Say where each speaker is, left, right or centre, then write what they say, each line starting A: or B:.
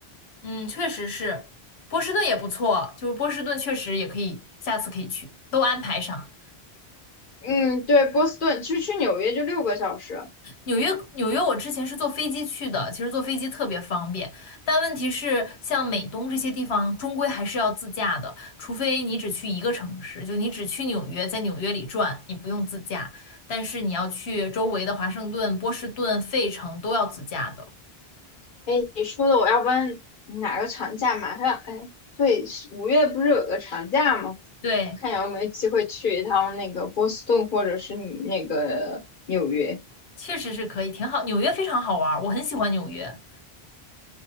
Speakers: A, on the left; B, on the left.
A: 嗯，确实是，波士顿也不错，就是波士顿确实也可以，下次可以去，都安排上。
B: 嗯，对，波士顿其实去纽约就六个小时。
A: 纽约，纽约，我之前是坐飞机去的，其实坐飞机特别方便，但问题是，像美东这些地方，终归还是要自驾的，除非你只去一个城市，就你只去纽约，在纽约里转，你不用自驾，但是你要去周围的华盛顿、波士顿、费城都要自驾的。
B: 哎，你说的，我要不然哪个长假马上？哎，对，五月不是有个长假吗？
A: 对，
B: 看有没有机会去一趟那个波士顿或者是那个纽约。
A: 确实是可以，挺好，纽约非常好玩儿，我很喜欢纽约。